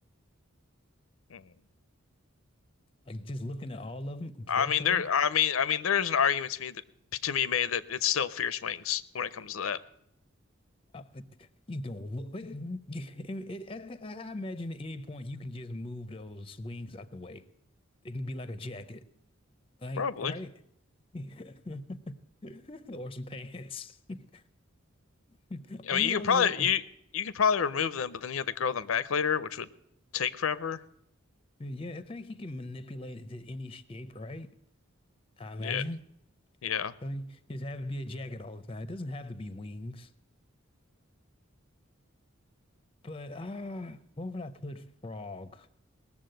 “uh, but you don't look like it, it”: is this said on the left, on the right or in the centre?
Left